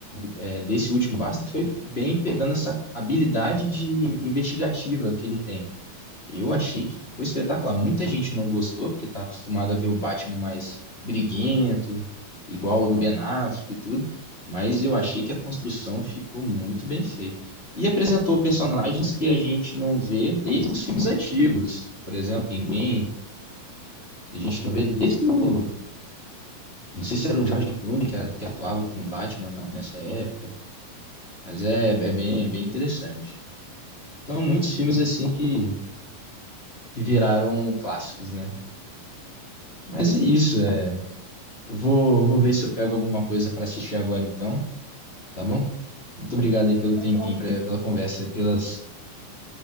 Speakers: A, on the left (about 15°); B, on the right (about 20°).
A: é, desse último Basta foi bem pegando essa habilidade de investigativa que ele tem. Eu achei que ficou espetacular. Muita gente não gostou, porque está acostumado a ver o Batman mais briguento, igual o do Ben Affleck e tudo, mas eu achei que a construção ficou muito bem feita. E apresentou personagens que a gente não vê desde os filmes antigos. Por exemplo, Pinguim, que a gente não vê desde o não sei se era o George Clooney que, a- que atuava como Batman na- nessa época, mas é, é bem, é bem interessante. São muitos filmes assim que, que viraram clássicos, né? Mas
B: sim.
A: é isso, é. Eu Vou, vou ver se eu pego alguma coisa para assistir agora então, tá bom? Muito obrigado aí pelo
B: Tá
A: tempinho,
B: bom.
A: pra- pela conversa, e pelas,